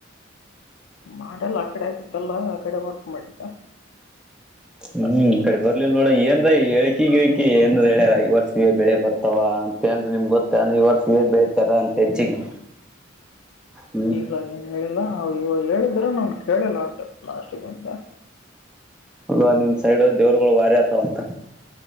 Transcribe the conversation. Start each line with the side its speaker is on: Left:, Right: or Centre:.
Left: ಮಾಡಲ್ಲ ಆ ಕಡೆ ಆಗಿತ್ತಲ್ಲ ಆ ಕಡೆ ವರ್ಕ್ ಮಾಡಿದ್ದ
Centre: ಹ್ಮ್ ಈ ಕಡೆ ಬರ್ಲಿಲ್ಲ ನೋಡ ಏನ್ ಎಳ್ಕಿ ಗಿಳ್ಕಿ ಏನ್ ಹೇಳ್ಯಾರ ಐ ವರ್ಷವ ಬೆಳೆ ಬರ್ತಾವ. ದ ನಿಮ್ ಗೊತ್ತ ಈ ವರ್ಷ ಏ ಬೆಳತಾರ ಅಂತ ಹೆಚ್ಚಿಗೆ ಹ್ಮ್
Left: ಇಲ್ಲ ಏನ್ ಹೇಳಿಲ್ಲ ಇವಾಗ ಹೇಳಿದ್ರೆ ನ ಕೇಳಿಲ್ಲ ಆಟ ಲಾಸ್ಟ್ ಬಂತ.
Centre: ಅಲ್ವಾ ನಿಮ್ ಸೈಡ್ ದೇವ್ರುಗಳು ವಾರಿ ಆತವ ಅಂತ.